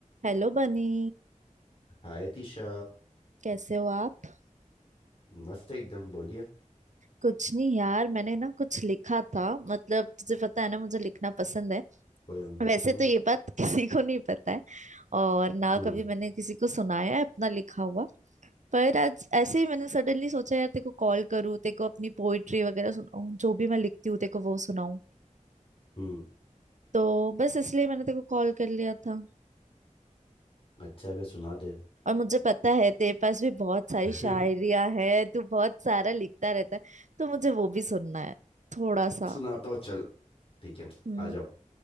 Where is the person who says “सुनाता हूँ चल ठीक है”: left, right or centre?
Left